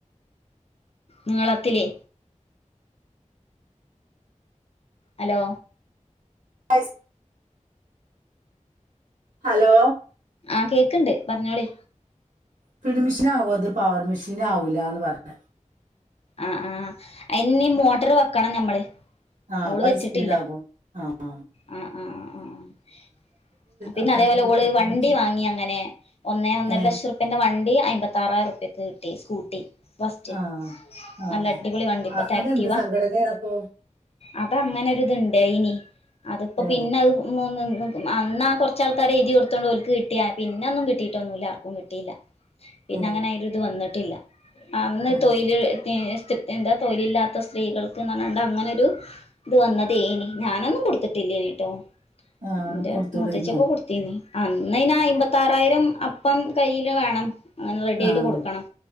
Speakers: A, on the left; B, on the right.
A: നീളത്തിലേ ഹലോ
B: പൈസ് ഹലോ
A: ആഹ് കേക്ക്ണ്ട് പറഞ്ഞോളി.
B: ഫീഡ് മെഷീൻ ആവും. അത് പവർ മെഷീൻ ആവൂലാന്ന് പറഞ്ഞ?
A: ആ ആഹ അയിന് മോട്ടർ വെക്കണം ഞമ്മള്.
B: ആഹ
A: ഓള്
B: ഹൈ
A: വെച്ചിട്ടില്ല
B: സ്പീഡ് ആകും ആഹ.
A: ആ ആ ആ പിന്നെ
B: അത്രക്ക്
A: അതേപോലെ
B: കിട്ടുന്നത്
A: ഓള് വണ്ടി
B: വെച്ച
A: വാങ്ങി അങ്ങനെ ഒന്നേ. ഒന്നര
B: ഏ
A: ലക്ഷം റുപ്യന്റെ വണ്ടി അമ്പത്തിറായിരം ഉർ പ്യക്ക് കിട്ടി സ്കൂട്ടി ഫസ്റ്റ്.
B: ആഹ് ആഹ്
A: നല്ല അടിപൊളി വണ്ടിപ്പത്തെ
B: ആ അതെന്ത്
A: ആക്റ്റീവ.
B: സംഘടനയാണ് അപ്പൊ
A: അത അങ്ങനെ ര് ത്ണ്ടായിനി അതിപ്പോ
B: ഏ
A: പിന്നെ അത് മൊ അന്നാ കൊറച്ചാൾക്കാര് എഴുതി കൊടുത്തോണ്ട് ഒല്ക്ക് കിട്ടിയാ പിന്നൊന്നും കിട്ടിട്ടൊന്നുല്ല ആർക്കും കിട്ടില്ല. പിന്നെ
B: ഏ
A: അങ്ങനെ ആയിന്റെത് വന്നിട്ടില്ല അന്ന്
B: ഏ
A: തൊഴയില് എന്താ തൊഴിലില്ലാത്ത സ്ത്രീകൾക്ക് ന്ന ഞ്ഞാണ്ട്ടാ അങ്ങനെരു ഇത് വന്നതേനി ഞാനന്നും കൊടുത്തിട്ടില്ലനിട്ടോ
B: ആഹ്
A: എന്റെ
B: കൊടുത്തൂടായിരുന്നോ
A: മുത്തച്ചൊക്കെ കൊടുത്തിനി. അന്ന് അയ്നാ അമ്പത്താറായിരം അപ്പം കയ്യില് വേണം. അങ്ങനെ റെഡി ആയിട്ട്
B: ആഹ്
A: കൊടുക്കണം